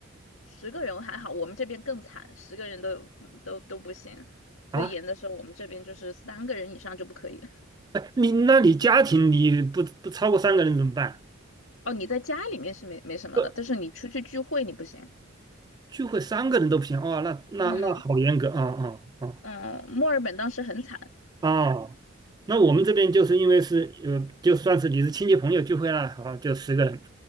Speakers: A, on the left; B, on the right.
A: 十个人还好，我们这边更惨，十个人都有都都不行。最严的时候，
B: 啊。
A: 我们这边就是三个人以上就不可以。
B: 哎你那你家庭你不不超过三个人怎么办？
A: 哦，你在家里面是没没什么的，
B: 不，
A: 但是你出去聚会你不行。
B: 聚会三个人都不行哦，那那那好严格啊啊啊！
A: 嗯嗯，墨尔本当时很惨，
B: 哦，那我们这边就是因为是呃，就算是你是亲戚朋友聚会了，好，就十个人